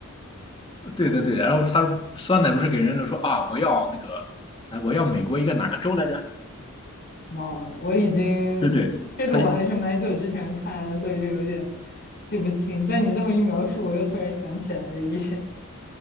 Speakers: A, on the left; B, on the left.
A: 对对对，然后他酸奶不是给人类说啊，我要那个，哎，我要美国一个哪个州来着？
B: 忘了，我已经这个我还是蛮久之前看的，
A: 对对，他
B: 所以就有点记不清。但你这么一描述，我又突然想起来了一些，